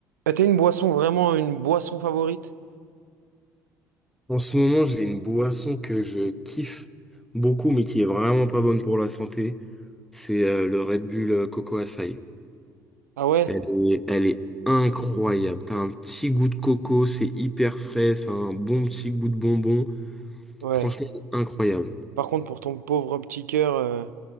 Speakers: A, on the right; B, in the centre.
A: Ah, t'as une boisson, vraiment une boisson favorite?
B: En ce moment, j'ai une boisson que je kiffe beaucoup, mais qui est vraiment pas bonne pour la santé. C'est euh, le Red Bull euh, Coco Açaï.
A: Ah ouais?
B: Elle est, elle est incroyable. T'as un petit goût de coco, c'est hyper frais, c'est un bon petit goût de bonbon.
A: Ouais.
B: Franchement, incroyable.
A: Par contre, pour ton pauvre petit cœur, euh,